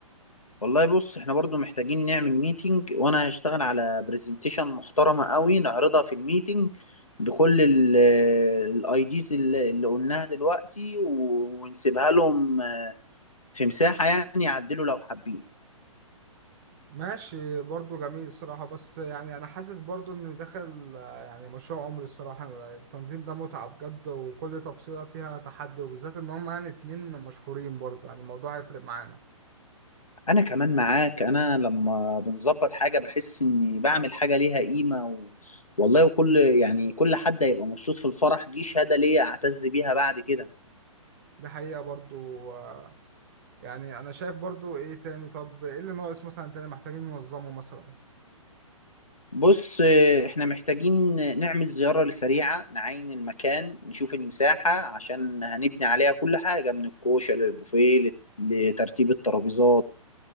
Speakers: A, on the left; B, on the right.
A: والله بص احنا برضو محتاجين نعمل ميتنج وأنا هشتغل على برزنتيشن محترمة قوي نعرضها في الميتنج بكل الاي ديز اللي اللي قلناها دلوقتي و- ونسيبها لهم آه، في مساحة يعني يعدلوا لو حابين
B: ماشي برضو جميل الصراحة بس يعني أنا حاسس برضو إن داخل آه، يعني مشروع عمري الصراحة التنظيم ده متعة بجد وكل تفصيلة فيها تحدي وبالذات إن هم يعني اتنين مشهورين برضو يعني الموضوع هيفرق معانا
A: انا كمان معاك انا لما بنظبط حاجه بحس اني بعمل حاجه ليها قيمه و... والله وكل يعني كل حد هيبقى مبسوط في الفرح دي شهاده ليا اعتز بيها بعد كده
B: دي حقيقة برضو آه، يعني أنا شايف برضو إيه تاني طب إيه اللي ناقص مثلا تاني محتاجين ننظمه مثلا
A: بص آه، احنا محتاجين نعمل زياره سريعه نعاين المكان نشوف المساحه عشان هنبني عليها كل حاجه من الكوشه للبوفيه لت- لترتيب الترابيزات